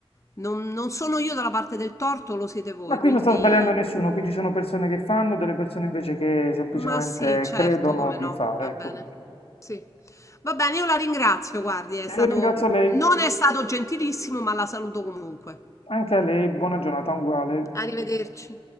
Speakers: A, on the left (about 30°); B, on the left (about 80°).
A: Non, non sono io dalla parte del torto, lo siete voi,
B: Ma qui
A: quindi
B: non sta sbagliando nessuno, qui ci sono persone che fanno, delle persone invece che semplicemente
A: ma sì, certo,
B: credono
A: come
B: di
A: no,
B: fare,
A: va
B: ecco.
A: bene. Sì. Va bene, io la ringrazio, guardi, è
B: E
A: stato,
B: io ringrazio lei,
A: non è stato gentilissimo, ma la saluto comunque.
B: anche a lei, buona giornata uguale.
A: Arrivederci.